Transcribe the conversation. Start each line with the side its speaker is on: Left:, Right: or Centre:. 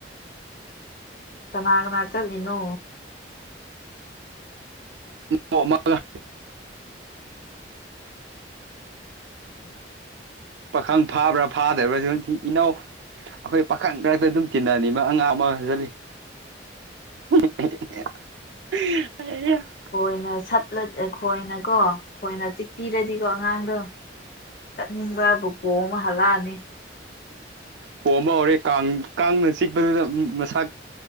Left: ꯀꯥꯅ ꯀꯥꯅ ꯆꯠꯂꯤꯅꯣ꯫
Right: <inaudible> ꯑꯃꯒ꯫
Left: ꯎꯝ
Right: ꯄꯥꯈꯪ ꯐꯥꯕ꯭ꯔꯥ ꯐꯥꯗꯕ꯭ꯔꯥ ꯏꯅꯥꯎ ꯑꯩꯈꯣꯏ ꯄꯥꯈꯪ ꯃꯔꯛꯇ ꯑꯗꯨꯝ ꯇꯤꯟꯅꯅꯤ ꯃꯥ ꯑꯉꯥꯡ ꯑꯃ ꯆꯠꯂꯤ
Left: <inaudible>
Right: <unintelligible>
Left: ꯀꯣꯏꯅ ꯁꯠꯂꯠ ꯈꯣꯏꯅꯀꯣ꯫ ꯈꯣꯏꯅ ꯆꯤꯛꯄꯤꯔꯗꯤꯀꯣ ꯑꯉꯥꯡꯗꯣ ꯆꯠꯅꯤꯡꯕ ꯕꯨꯀꯣꯄ ꯄꯣꯝꯃ ꯍꯜꯂꯛꯑꯅꯤ꯫
Right: ꯄꯣꯝꯃ ꯍꯧꯔꯦꯟ ꯀꯥꯡ ꯀꯥꯡꯅ ꯆꯤꯛꯄꯗꯨꯗ ꯃꯁꯥ